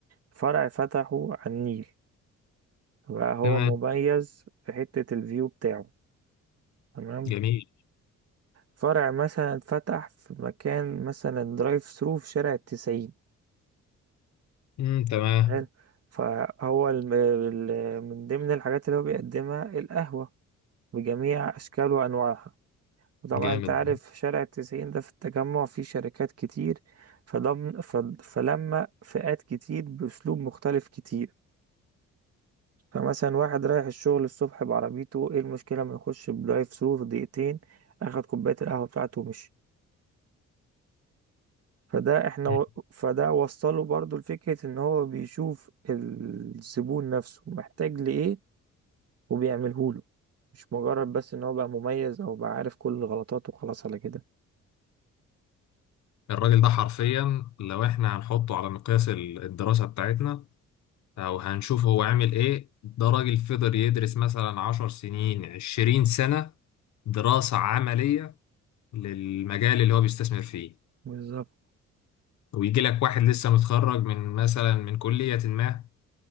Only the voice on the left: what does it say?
تمام
جميل
مم. تمام
جامد
مم.
الراجل ده حرفيا لو احنا هنحطه على مقياس ال- الدراسة بتاعتنا او هنشوف هو عامل ايه ده راجل فضل يدرس مثلا عشر سنين عشرين سنة دراسة عملية للمجال اللي هو بيستثمر فيه
ويجي لك واحد لسه متخرج من مثلا من كلية ما